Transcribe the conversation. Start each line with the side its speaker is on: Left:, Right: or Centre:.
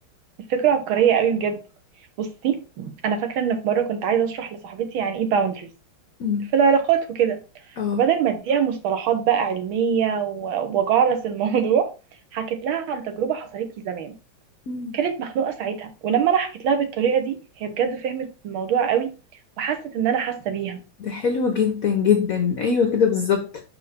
Right: الفكرة عبقرية قوي بجد بصي انا فاكرة ان في مرة كنت عايزة اشرح لصاحبتي يعني ايه باوندريز
Left: مم.
Right: في العلاقات وكده
Left: آه
Right: فبدل ما اديها مصطلحات بقى علمية و- وجعلس الموضوع حكيت لها عن تجربة حصلت لي زمان
Left: مم.
Right: كانت مخنوقة ساعتها ولما انا حكيت لها بالطريقة دي هي بجد فهمت الموضوع قوي وحست ان انا حاسة بيها
Left: ده حلو جدا جدا أيوة كده بالظبط